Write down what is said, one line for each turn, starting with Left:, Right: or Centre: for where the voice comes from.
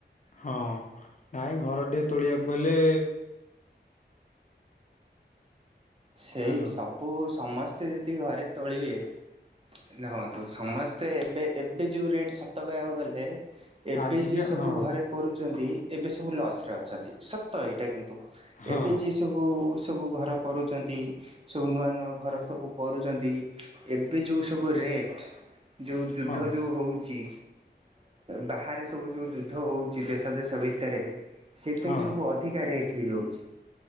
Left: ହଁ ନାଇଁ ଘର ଟିଏ ତୋଳି ବାକୁ ହେଲେ।
Right: ସେଇ
Left: ହ୍ୟାଲୋ
Right: ସବୁ ସମସ୍ତେ ଯଦି ଘରେ ତୋଳିବେ ରହନ୍ତୁ ସମସ୍ତେ ଏବେ-ଏବେ ଯୋଉ ରେଟ୍ ସତ କହିବାକୁ ଗଲେ ଏବେ
Left: ଆଜିକା
Right: ଯିଏ ସବୁ
Left: ହଁ
Right: ଘରେ କରୁଛନ୍ତି ଏବେ ସବୁ ଲଚ୍ ରେ ଅଛନ୍ତି ସତ ଏଇଟା କିନ୍ତୁ
Left: ହଁ
Right: ଏବେ ଯିଏ ଏବେ ସବୁ ଘର କରୁଛନ୍ତି ସବୁ ନୂଆ-ନୂଆ ଘର ସବୁ କରୁଛନ୍ତି। ଏବେ ଯୋଉ ସବୁ ରେଟ୍ ଯୋଉ ଯୁଦ୍ଧ
Left: ହଁ
Right: ଯୋଉ ହଉଛି। ବାହାରେ ସବୁ ଯୋଉ ଯୁଦ୍ଧ ହଉଛି ଦେଶ-ଦେଶ ଭିତରେ ସେଇଥିପାଇଁ
Left: ହଁ
Right: ସବୁ ଅଧିକା ରେଟ୍ ହେଇଯାଉଛି